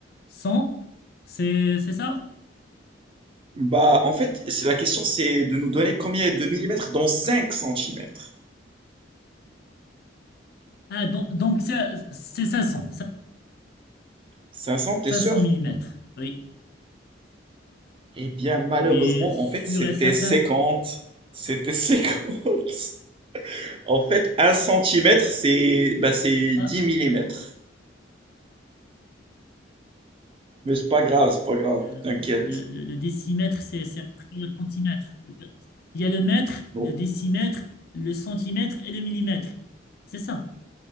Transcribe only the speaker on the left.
100. c'est c'est ça?
Ah, donc, donc ça- c'est 500,
cinq
500 millimètres. Oui,
oui, sûr
et certain.
Ah,
euh,
le, le- le décimètre, c'est c'est après le centimètre. Il y a le mètre,
le décimètre, le centimètre et le millimètre. C'est ça.